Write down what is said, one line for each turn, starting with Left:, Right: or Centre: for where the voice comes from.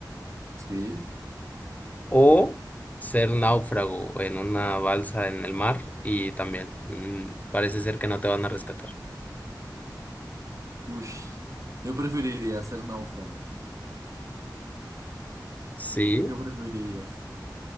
Right: Sí,
Left: o ser náufrago en una balsa en el mar y también mm, parece ser que no te van a rescatar.
Right: uff. Yo preferiría ser náufrago.
Left: Sí,
Right: ¿Tú qué preferirías?